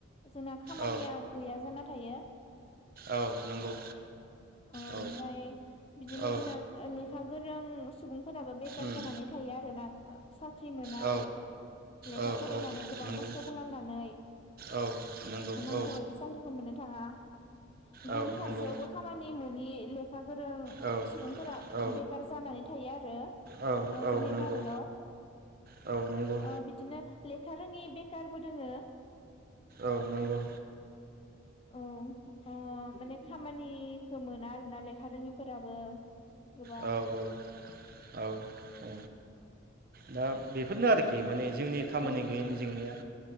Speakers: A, on the left (about 30°); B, on the right (about 50°).
A: जोंना खामानिया
B: औ
A: जाना थायो।
B: औ नंगौ
A: ओ
B: औ
A: ओमफ्राय बिदिनो
B: औ
A: जोंना लेखा गोर जों सुबुं फोराबो बेखार
B: उम
A: जानानै थायो आरोना। साख्रि मोना
B: औ
A: लेखा
B: औ
A: फरायनानै
B: औ
A: गोबां
B: नंगौ
A: खस्थ' खालामनानै
B: औ नंगौ
A: नांगौबायदि
B: औ
A: साख्रिखौ मोननो थाङा। गुन
B: औ
A: थासेयावबो
B: नंगौ
A: खामानि मोन नि लोक खा गोरों
B: औ
A: सुबुंफोरा
B: औ
A: बेखार जानानै थायो आरो
B: औ
A: ओ
B: औ
A: जोंनि
B: नंगौ
A: भारताव
B: औ नंगौ
A: ओ बिदिनो ले खा रोङि बेखारबो दोङो।
B: औ नोंगौ।
A: औ ओ माने खामानिखो मोना आरोना लेखा रोङिफोराबो। गोबां
B: औ औ औ औ। दा बेफोरनो आरोखि माने जोंनि खामानि
A: औ
B: गैयिनि जेंनाया